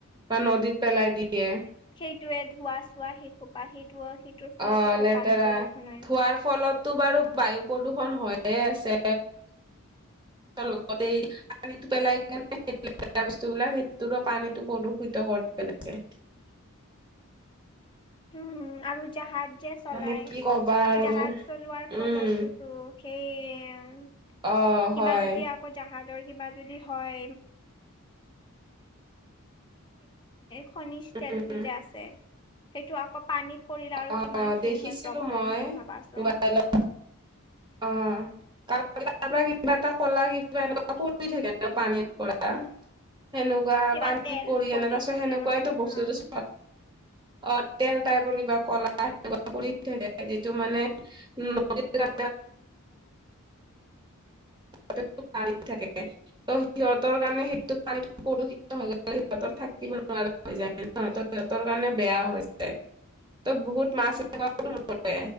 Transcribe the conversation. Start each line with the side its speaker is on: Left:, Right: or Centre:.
Right: বা নদীত পেলাই দিয়ে
Left: সেইটোৱে ধোৱা চোৱা শিশোপা সেইটো সেইটোৰ ফলতোতো
Right: অ লেতেৰা
Left: পানী প্ৰদূৰ্ষণ হৈছে
Right: ধোৱাৰ ফলতো বাৰু বায়ু প্ৰদূষণ হৈয়ে আছে লগতে পানীটো পেলাই কেনে বস্তুবলাক সেইটো পানীটো প্ৰদূষিত আছে
Left: <unintelligible> উমম আৰু জাহাজ যে চলাই
Right: মানে কি কবা আৰু
Left: জাহাজ চলোৱাৰ
Right: উম
Left: ফলতোতো সেই
Right: অ
Left: কিবা
Right: হয়
Left: যদি আকৌ যাহাজ হয় খনিজ তেলতটো
Right: উম
Left: যে আছে সেইটো আকৌ পানীত শৰীৰ আৰু
Right: অ'
Left: কিমান শেষ
Right: দেখিছিলো
Left: হয় প্ৰব্লেম
Right: মই
Left: হয় ভাবাচোন
Right: মোবাইলত অ', কাৰ তাৰ পৰা কিবা এটা ক'লা কিবা এনেকুৱা পৰি থাকে ন পানীৰ পৰা সেনেকুৱা
Left: কিবা
Right: পানী
Left: তেল
Right: পৰি আনে তাৰাছত
Left: থাকে
Right: সেনেকুৱাইতো
Left: ন সেইকাৰণে
Right: বস্তুতো চ অ', তেল টাইপৰ কিবা কলা আহ কৰি থাকে যিটো মানে উ নদ থাকে ত সিহঁতৰ কাৰণে সেইটো পানী প্ৰদূষিত হৈ গ সিহঁতৰ থাকিব সিহতৰ কাৰণে বেয়া হৈছে তই বহুত মাছ এ